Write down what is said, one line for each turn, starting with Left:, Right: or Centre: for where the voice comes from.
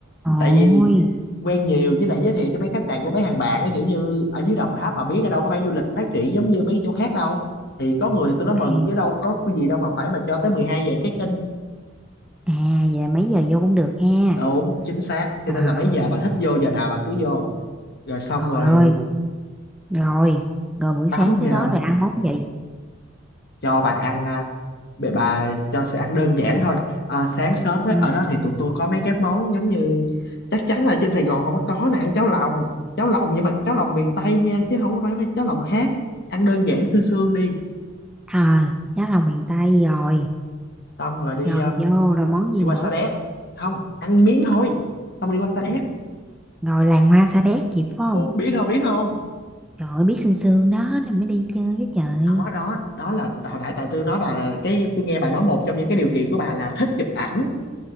Centre: Ôi,
Left: tại vì quen nhiều với lại giới thiệu cho mấy khách sạn của mấy hàng bạn ấy kiểu như ở dưới Đồng Tháp bà biết ở đâu có phải du lịch phát triển giống như mấy cái chỗ khác đâu thì có người thì tôi nói mừng
Centre: à,
Left: chứ đâu có cái gì đâu mà phải mà cho tới 12 giờ check in
Centre: à vậy là mấy giờ vô cũng được ha.
Left: đúng chính xác cho
Centre: À,
Left: nên là mấy giờ bà thích vô giờ nào bà cứ vô rồi xong
Centre: trời
Left: rồi
Centre: ơi Rồi, rồi buổi
Left: 8
Centre: sáng tới
Left: giờ
Centre: đó rồi ăn món gì?
Left: cho bà ăn à, bà, bà cho sẽ ăn đơn giản thôi à, sáng sớm
Centre: Ừ.
Left: ấy, ở đó thì tụi tôi có mấy cái món giống như chắc chắn là trên Sài Gòn không có có nè ăn cháo lòng cháo lòng nhưng mà cháo lòng miền Tây nha chứ không có phải mấy cháo lòng khác ăn đơn giản xương xương đi
Centre: À, giá lòng miền Tây rồi.
Left: xong rồi đi
Centre: Rồi
Left: um,
Centre: vô rồi món gì
Left: đi qua
Centre: nữa?
Left: Sa Đéc không ăn miếng thôi xong rồi đi qua Sa Đéc
Centre: Rồi làng hoa sa đéc gì phải không?
Left: Ủa, biết không biết không
Centre: Trời ơi, biết sương sương đó nên mới đi chơi đó trời.
Left: đó đó đó là hồi nãy tại tôi nói bà là cái tôi nghe bà nói một trong những cái điều kiện của bà là thích chụp ảnh